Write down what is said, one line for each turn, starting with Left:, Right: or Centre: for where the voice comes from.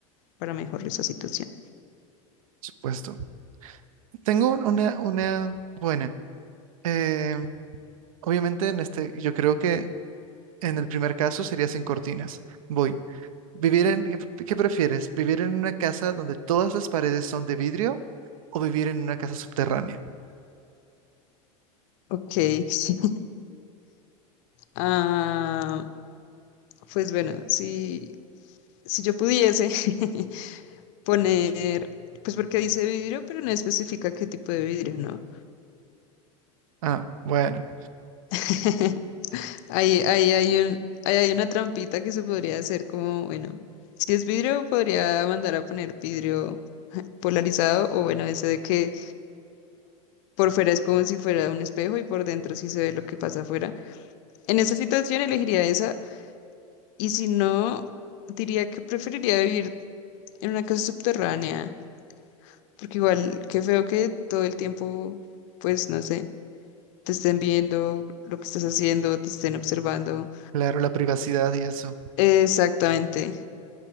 Left: para mejorar esa situación.
Right: por supuesto. Tengo una, una buena. Eh, obviamente en este, yo creo que En el primer caso sería sin cortinas. Voy. Vivir en, ¿qué, qué prefieres? ¿Vivir en una casa donde todas las paredes son de vidrio o vivir en una casa subterránea?
Left: Ok, <laughs> sí. Ah, pues bueno, si, si yo pudiese <laughs> poner, pues porque dice vidrio, pero no especifica qué tipo de vidrio, ¿no?
Right: Ah, bueno,
Left: <laughs> Ahí, ahí hay un, ahí hay una trampita que se podría hacer como, bueno, si es vidrio, podría mandar a poner vidrio polarizado o bueno, ese de que por fuera es como si fuera un espejo y por dentro sí se ve lo que pasa afuera. En esa situación elegiría esa y si no, diría que preferiría vivir en una casa subterránea, porque igual, qué feo que todo el tiempo, pues no sé. te estén viendo lo que estás haciendo, te estén observando.
Right: claro, la privacidad y eso.
Left: Exactamente.